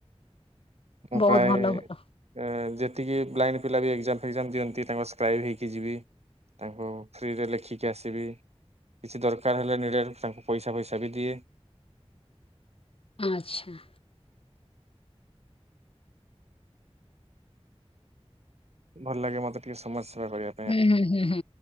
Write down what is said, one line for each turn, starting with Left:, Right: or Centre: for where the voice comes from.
Right: ମୁ
Left: ବହୁତ
Right: ପ୍ରାୟ
Left: ଭଲ ଭଲ।
Right: ଏ ଯେତିକି ବ୍ଲାଇଣ୍ଡ ପିଲା ବି ଏକ୍ଜାମ ଫେକ୍ଜାମ ଦିଅନ୍ତି, ତାଙ୍କ ସ୍କ୍ରାଇବ୍ ହେଇକି ଯିବି। ତାଙ୍କୁ ଫ୍ରିରେ ଲେଖିକି ଆସିବି। କିଛି ଦରକାର ହେଲେ ନିଡ଼େ ତାଙ୍କୁ ପଇସା ଫଇସା ବି ଦିଏ।
Left: ହଁ ଆଚ୍ଛା।
Right: ଭଲ ଲାଗେ ମତେ ଟିକେ ସମାଜ ସେବା କରିଆକୁ।
Left: ହୁଁ ହୁଁ ହୁଁ